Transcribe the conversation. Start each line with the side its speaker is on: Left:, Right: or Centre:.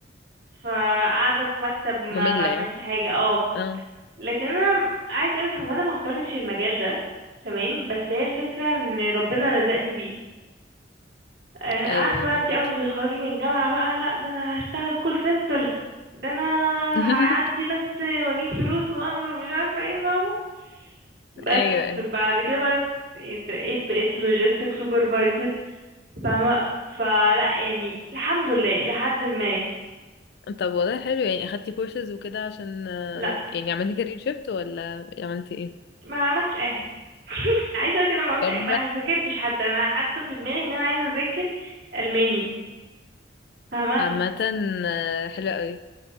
Right: فقاعدة في مكتب ما
Left: مملة
Right: بعملش
Left: يعني
Right: حاجة اه
Left: اه
Right: لكن انا عايز اقولك هو انا ما اخترتش المجال ده تمام بس هي الفكره ان ربنا رزقني بيه انا
Left: ايوه
Right: عارفه
Left: ايوه
Right: بقى
Left: فاهمك
Right: انت اول ما تتخرجي من الجامعه بقى لا ده انا هشتغل كول سنتر ده انا
Left: <laughs>
Right: هعدي بس واجيب فلوس واعمل ومش عارفه ايه فاهمه بس
Left: ايوه ايوه
Right: بعد كده بقى اترقيت بقيت لوجيستيك سوبرفايزر فاهمه فلا يعني الحمد لله لحد ما
Left: طب والله حلو يعني اخدتي كورسز وكده عشان آه،
Right: لا
Left: يعني عملتي كارير شيفت ولا عملتي ايه
Right: ما عملتش اي حاجه <laughs> عايزه اقول كده ما عملتش
Left: طب
Right: أي- ما ذاكرتش حتى انا حتى في دماغي ان انا عايزه اذاكر الماني فاهمه
Left: عامة آه، حلو قوي